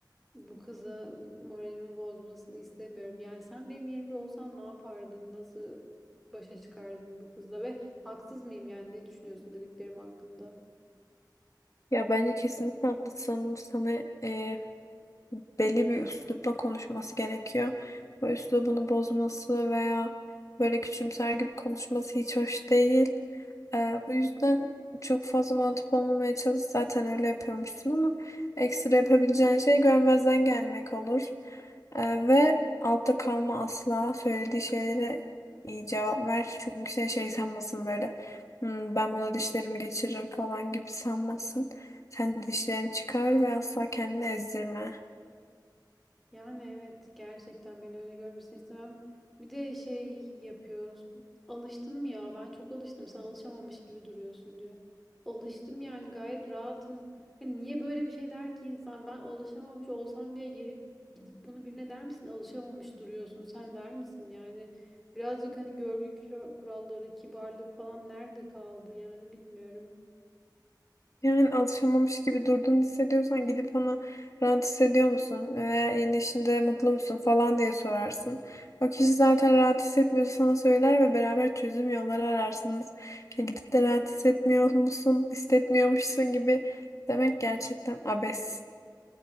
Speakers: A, in the centre; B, on the left (about 45°).
A: Bu kıza moralimi bozmasını istemiyorum. Yani sen benim yerimde olsan ne yapardın? Nasıl başa çıkardın bu kızla? Ve haksız mıyım yani ne düşünüyorsun dediklerim hakkında?
B: Ya bence kesinlikle haklısın. Sana eee, belli bir üslupla konuşması gerekiyor. Bu üslubunu bozması veya böyle küçümser gibi konuşması hiç hoş değil. Ee, bu yüzden çok fazla mantıp olmamaya çalış. Zaten öyle yapıyormuşsun ama ekstra yapabileceğin şey görmezden gelmek olur. Ee, ve altta kalma asla. Söylediği şeylere iyi cevap ver. Çünkü seni şey sanmasın böyle. "Hmm, ben buna dişlerimi geçiririm falan gibi sanmasın. Sen de dişlerini çıkar ve asla kendini ezdirme.
A: Yani evet gerçekten beni öyle görmesini istemem. Bir de şey yapıyoruz. Alıştın mı ya? Ben çok alıştım. Sen alışamamış gibi duruyorsun diyor. Alıştım yani gayet rahatım. Hani niye böyle bir şey der ki insan? Ben alışamamış olsam bile gelip gidip bunu birine der misin? Alışamamış duruyorsun. Sen der misin yani? Birazcık hani görgü kira- kuralları, kibarlık falan nerede kaldı yani bilmiyorum.
B: Yani alışamamış gibi durduğunu hissediyorsan gidip ona rahat hissediyor musun veya yeni işinde mutlu musun falan diye sorarsın. O kişi zaten rahat hissetmiyorsa sana söyler ve beraber çözüm yolları ararsınız. Ya gidip de rahat hissetmiyor musun, hissetmiyormuşsun gibi demek gerçekten abes.